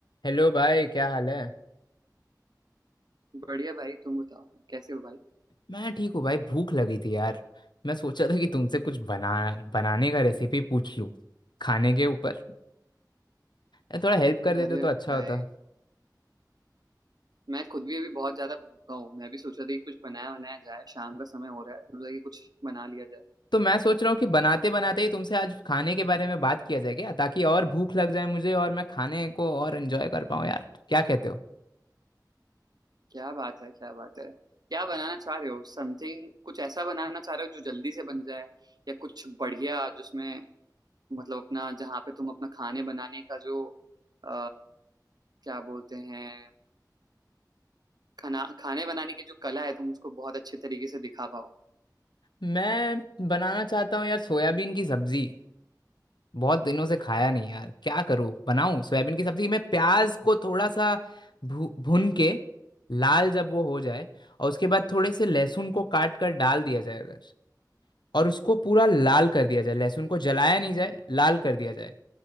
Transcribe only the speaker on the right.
बढ़िया भाई तुम बताओ कैसे हो भाई
अरे
भाई
मैं खुद भी अभी बहुत ज्यादा भूखा हूँ मैं भी सोच रहा था कि कुछ बनाया बनाया जाए शाम का समय हो रहा है सोच रहा कि कुछ बना लिया जाए
क्या बात है क्या बात है क्या बनाना चाह रहे हो समथिंग कुछ ऐसा बनाना चाह रहे हो जो जल्दी से बन जाए या कुछ बढ़िया जिसमें मतलब अपना जहाँ पे तुम अपना खाने बनाने का जो अ, क्या बोलते हैं खाना खाने बनाने की जो कला है तुम उसको बहुत अच्छे तरीके से दिखा पाओ